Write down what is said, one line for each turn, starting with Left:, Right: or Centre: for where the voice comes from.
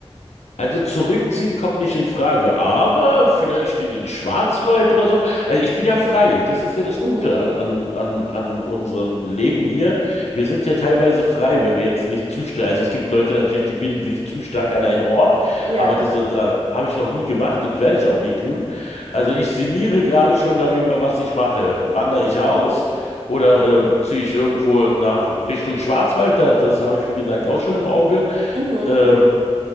Left: Also zurückziehen kommt nicht in Frage, aber vielleicht in den Schwarzwald oder so. Also ich bin ja frei. Das ist ja das
Right: Mhm,
Left: Gute an, an, an, an unserem Leben hier. Wir sind ja teilweise frei, wenn wir jetzt nicht zu stark. Also es gibt Leute natürlich, die binden sich zu stark an einen Ort,
Right: ja.
Left: aber das, äh, da habe ich noch nie gemacht und werde ich auch nie tun. Also ich sinniere gerade schon darüber, was ich mache. Wandere ich aus oder äh, ziehe ich irgendwo nach Richtung Schwarzwald? Da, das habe ich, wie gesagt, auch schon im Auge.
Right: Mhm.
Left: Ähm,